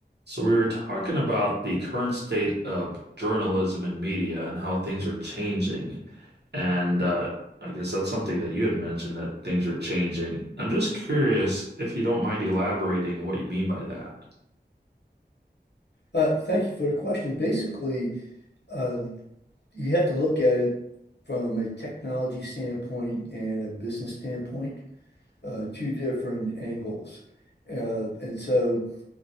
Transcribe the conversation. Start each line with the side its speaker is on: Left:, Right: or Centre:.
Right: So we were talking about the current state of journalism and media and how things are changing. And uh, I guess that's something that you had mentioned that things are changing. I'm just curious if you don't mind elaborating on what you mean by that.
Left: Uh, thank you for the question. Basically, uh, you have to look at it from a technology standpoint and a business standpoint, uh, two different angles. Uh, and so